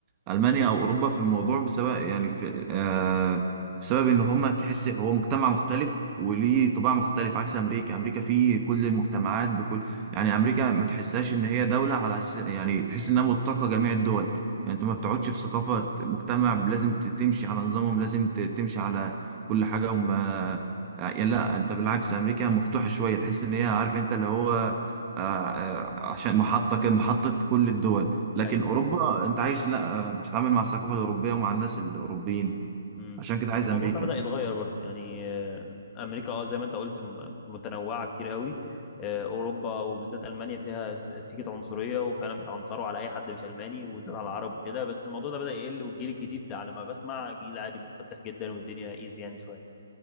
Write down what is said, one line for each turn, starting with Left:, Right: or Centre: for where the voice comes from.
Right: ألمانيا أو أوروبا في الموضوع بسبب يعني في آه بسبب إن هما تحس هو مجتمع مختلف وليه طباع مختلف عكس أمريكا أمريكا فيه كل المجتمعات بكل يعني أمريكا ما تحسهاش إن هي دولة على أس... يعني تحس إنها متقة جميع الدول يعني أنت ما بتقعدش في ثقافة مجتمع لازم ت- تمشي على نظامهم لازم ت- تمشي على كل حاجة وما يعني لا أنت بالعكس أمريكا مفتوحة شوية تحس إن هي عارف أنت اللي هو آه آه، عشان محطة كده- محطة كل الدول لكن
Left: ايوه
Right: اوروبا
Left: ايوه
Right: انت عايش لا بتتعامل مع الثقافة الأوروبية ومع الناس الأوروبيين
Left: امم
Right: عشان كده
Left: بس
Right: عايز
Left: الموضوع
Right: أمريكا
Left: ده بدأ يتغير برضه يعني آه، امريكا اه زي ما انت قلت م- متنوعه كتير قوي آه، اوروبا وبالذات المانيا فيها سيكه عنصريه وفعلا بيتعنصروا على اي حد مش الماني وبالذات على العرب وكده بس الموضوع ده بدأ يقل والجيل الجديد ده على ما بسمع جيل عادي متفتح جدا والدنيا ايزي يعني شويه